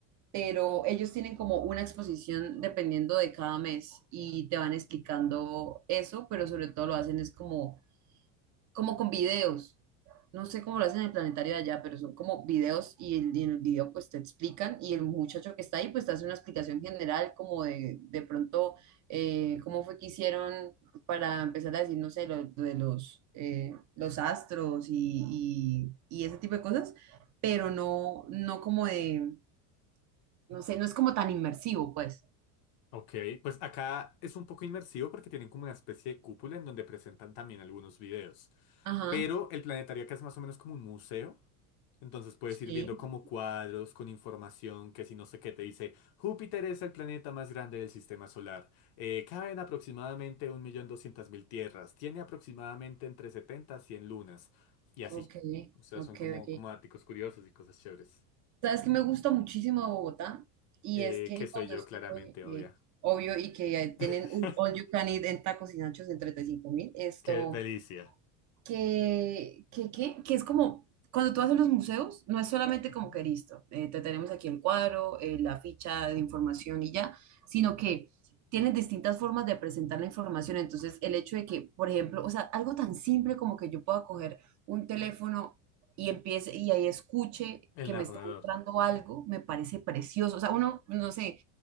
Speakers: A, on the right; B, on the left.
A: pero ellos tienen como una exposición dependiendo de cada mes y te van explicando eso, pero sobre todo lo hacen es como como con videos. No sé cómo lo hacen en el planetario de allá, pero son como videos y, el- y en el video pues te explican y el muchacho que está ahí pues te hace una explicación general como de, de pronto eh, cómo fue que hicieron para empezar a decir, no sé, lo, de los, eh, los astros y, y, y ese tipo de cosas, pero no, no como de, no sé, no es como tan inmersivo pues.
B: Ok, pues acá es un poco inmersivo porque tienen como una especie de cúpula en donde presentan también algunos videos.
A: Ajá,
B: Pero el planetario acá es más o menos como un museo. Entonces puedes
A: sí,
B: ir viendo como cuadros con información que si no sé qué te dice, Júpiter es el planeta más grande del sistema solar. Eh, caben aproximadamente 1.200.000 tierras. Tiene aproximadamente entre 70 a 100 lunas. Y así.
A: ok,
B: O sea,
A: ok,
B: son como,
A: ok.
B: como daticos curiosos y cosas chéveres.
A: Sabes que me gusta muchísimo de Bogotá y
B: Eh,
A: es que
B: que soy
A: cuando
B: yo
A: estuve,
B: claramente, obvia.
A: eh, obvio, y que eh, tienen
B: <laughs>
A: un all you can eat en tacos y nachos en treinta y cinco mil, esto,
B: Qué delicia.
A: que, que, que, que es como, cuando tú vas a los museos, no es solamente
B: Ujú.
A: como que listo, eh, te tenemos aquí el cuadro, eh, la ficha de información y ya, sino que tienen distintas formas de presentar la información. Entonces, el hecho de que, por ejemplo, o sea, algo tan simple como que yo pueda coger un teléfono y empiece y ahí escuche
B: El
A: que
B: narrador.
A: me está mostrando algo, me parece precioso. O sea, uno, no sé,